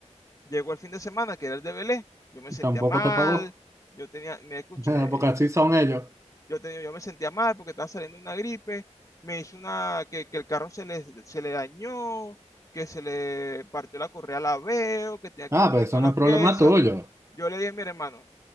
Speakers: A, on the left; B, on the right.
A: Llegó el fin de semana, que era el de Belé, yo me sentía
B: tampoco
A: mal,
B: te pagó.
A: yo tenía, me escuché,
B: <laughs> Porque así
A: yo,
B: son ellos.
A: yo, tenía, yo me sentía mal porque estaba saliendo una gripe, me hizo una, que, que el carro se le, se le dañó, que se le partió la correa a la veo, que tenía que
B: Ah,
A: poner
B: pero eso
A: todas las
B: no es problema
A: piezas.
B: tuyo.
A: Yo le dije, mire hermano,